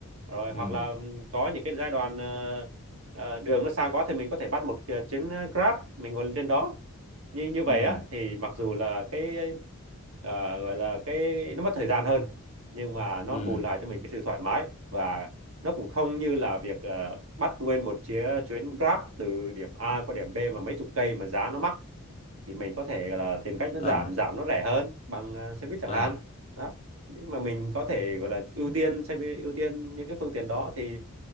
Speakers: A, on the right; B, on the left.
A: rồi
B: ừ
A: hoặc là có những cái giai đoạn ờ, ờ, đường nó xa quá thì mình có thể bắt một cái chuyến ờ, Grab mình ngồi lên trên đó như như vậy
B: ừ
A: á thì mặc dù là cái ờ, gọi là cái nó mất thời gian hơn nhưng mà nó
B: ừ
A: bù lại cho mình cái sự thoải mái và nó cũng không như là việc ờ, bắt nguyên một chuyến chuyến Grab từ điểm A qua điểm B mà mấy chục cây mà giá nó mắc thì mình có thể là tìm cách nó
B: à
A: giảm giảm nó rẻ hơn bằng ờ, xe buýt chẳng
B: à
A: hạn đó nhưng mà mình có thể gọi là ưu tiên xe buýt, ưu tiên những cái phương tiện đó thì